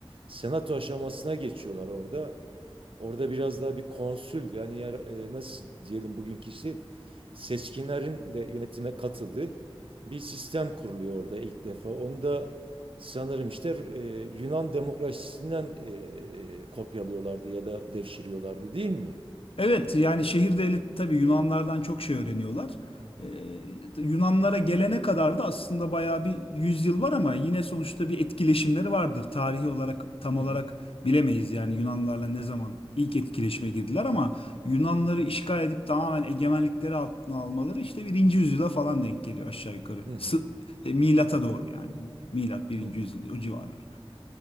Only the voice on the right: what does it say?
senato aşamasına geçiyorlar orada. Orada biraz daha bir konsül yani yer, e, nasıl diyelim bugünkü işte seçkinlerin de yönetime katıldığı bir sistem kuruluyor orada ilk defa. Onu da sanırım işte e, Yunan demokrasisinden e, kopyalıyorlardı ya da devşiriyorlardı değil mi?
Hı
hı
hı hı
hı hı.